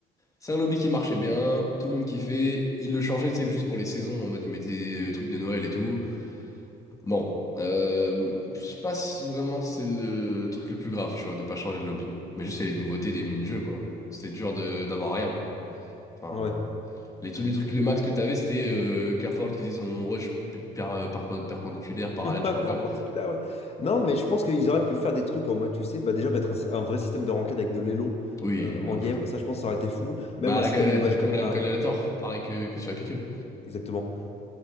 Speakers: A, on the left; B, on the left.
A: C'est un lobby qui marchait bien, tout le monde kiffait. Il le changeait, tu sais, juste pour les saisons, en mode il mettait des euh, trucs de Noël et tout. Bon, euh, je sais pas si vraiment c'est le truc le plus grave, tu vois, de pas changer le lobby. Mais juste, c'est les nouveautés des mini-jeux, quoi. C'était dur de d'avoir rien, quoi. Enfin,
B: Ouais.
A: les, tous les trucs, le max que t'avais, c'était euh, Caford qui faisait son rush p- per- euh, par, perpendiculaire, parallèle,
B: <laughs> Ouais,
A: je sais pas
B: perpendiculaire,
A: quoi.
B: ouais. Non, mais je pense qu'ils auraient pu faire des trucs en mode, tu sais, bah déjà mettre un, sy- un vrai système de ranked avec de l'élo
A: Oui,
B: euh,
A: de
B: en
A: ouf.
B: game, ça je pense que ça aurait été fou. Même
A: Bah,
B: un
A: la
B: système
A: Galata-
B: de match
A: comme
B: de
A: la
B: 1,
A: Galatator, pareil que, que sur Epic. Cube.
B: exactement,